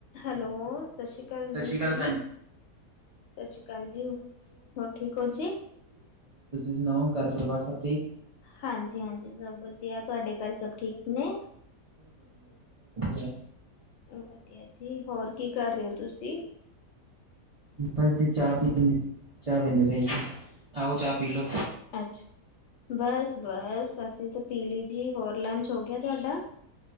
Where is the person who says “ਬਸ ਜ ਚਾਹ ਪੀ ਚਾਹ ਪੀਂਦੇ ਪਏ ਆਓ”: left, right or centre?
Right